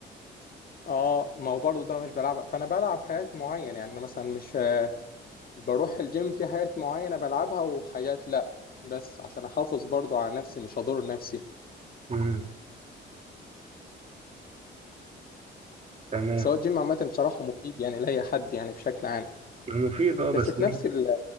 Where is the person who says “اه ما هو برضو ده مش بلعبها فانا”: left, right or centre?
Left